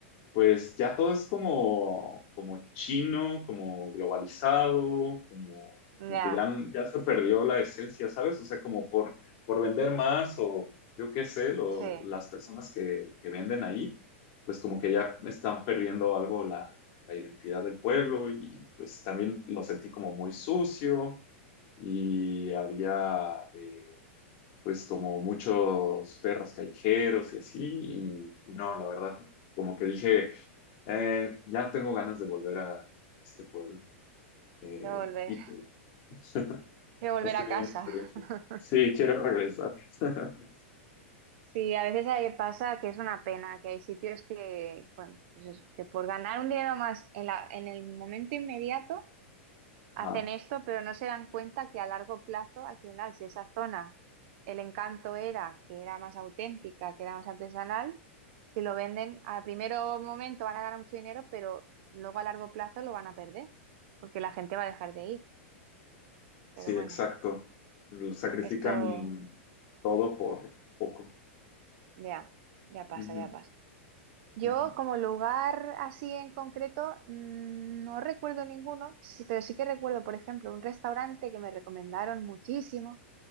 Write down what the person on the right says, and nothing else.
Ya,
sí,
quiero volver,
quiero volver
a casa.
<laughs>
Sí, a veces ahí pasa que es una pena, que hay sitios que, bueno, pues eso, que por ganar un dinero más en la, en el momento inmediato
hacen esto, pero no se dan cuenta que a largo plazo, al final, si esa zona, el encanto era que era más auténtica, que era más artesanal, si lo venden, al primero momento van a ganar mucho dinero, pero luego a largo plazo lo van a perder, porque la gente va a dejar de ir.
Pero bueno.
Esto
ya, ya pasa,
ya pasa. Yo
como lugar así en concreto mm, no recuerdo ninguno, sí, pero sí que recuerdo, por ejemplo, un restaurante que me recomendaron muchísimo